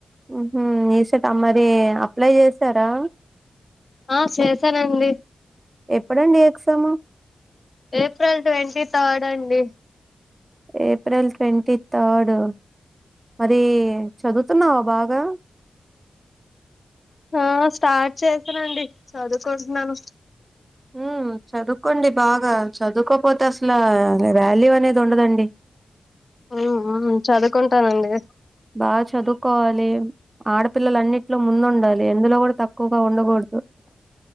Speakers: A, on the right; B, on the left.
A: ఉహుం ఎ సెట్ ఆ మరి అప్లై చేసారా
B: ఆ చేసారండి
A: ఎప్పుడండి ఎక్సాము
B: ఏప్రిల్ ట్వంటీ థర్డ్ అండి
A: ఏప్రిల్ ట్వంటీ థర్డ్ మరి చదువుతున్నావా బాగా
B: ఆ స్టార్ట్ చేసానండి చదువుకుంటున్నాను
A: ఉం చదువుకోండి బాగా చదువుకోపోతే అసల వాల్యూ అనేది ఉండదండి
B: ఉమ్, ఉమ్, చదువుకుంటానండి
A: బాగా చదువుకోవాలి ఆడపిల్లల అన్నింటిలో ముందుండాలి ఎందులో కూడా తక్కువగా ఉండకూడదు